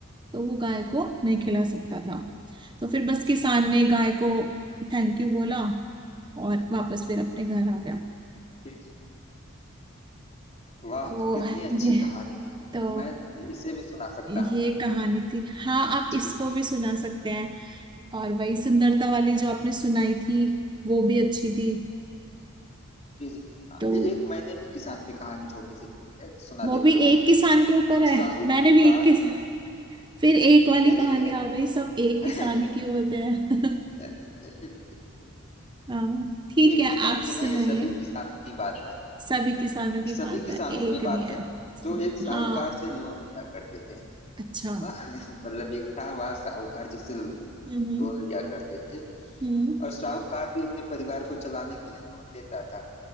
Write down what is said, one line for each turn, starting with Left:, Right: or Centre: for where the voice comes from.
Right: तो वो गाय को नहीं खिला सकता था तो फिर बस किसान ने गाय को थैंक यू बोला और वापस फिर अपने घर आ गया
Left: जी जी वाह
Right: तो
Left: कितनी अच्छी
Right: ये
Left: कहानी है
Right: तो
Left: मैं इसे भी सुना सकता
Right: ये
Left: हूँ
Right: कहानी थी हाँ
Left: <laughs>
Right: आप
Left: जी
Right: इसको भी सुना सकते हैं और वही सुंदरता वाली जो आपने सुनाई थी वो भी अच्छी थी
Left: जी जी हाँ,
Right: तो
Left: ए- एक मैंने भी किसान पे कहानी छोटी सी लिखी है सुना
Right: वो
Left: देता
Right: भी
Left: हूँ
Right: एक किसान के ऊपर
Left: अ,
Right: है
Left: साहूकार
Right: मैंने भी एक किस फिर एक वाली
Left: नहीं नहीं
Right: कहानी
Left: ये
Right: आ गई सब
Left: <laughs>
Right: एक
Left: नहीं,
Right: किसान ही के होते हैं <laughs>
Left: नहीं,
Right: हाँ ठीक
Left: एक
Right: है
Left: किसान
Right: आप
Left: की
Right: सुनाइए
Left: नहीं ये सभी किसानों की बात है
Right: सभी
Left: सुनो,
Right: किसानों की
Left: सभी
Right: बात
Left: किसानों
Right: है एक
Left: की
Right: नहीं
Left: बात
Right: है
Left: है जो एक साहूकार
Right: हाँ
Left: से लोन लिया करते थे
Right: अच्छा
Left: वह- मतलब एक था वह साहूकार जिससे
Right: हम्म
Left: लोन लिया करते थे
Right: हम्म
Left: और साहूकार भी अपने परिवार को चलाने के लिए लोन देता था